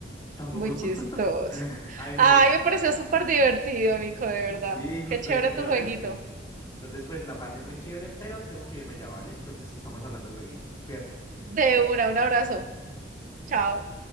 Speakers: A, on the left (about 20°); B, on the right (about 45°).
A: Tampoco.
B: muy chistoso.
A: <laughs> Ay, Juli,
B: Ay, me pareció súper divertido, Nico, de verdad.
A: sí, justo
B: Qué chévere
A: eso te
B: tu
A: iba
B: jueguito.
A: a decir. Entonces, pues la pasé muy chévere, pero tengo que irme ya, ¿vale? Entonces, estamos hablando lueguito. Cuídate.
B: De una, un abrazo. Chao.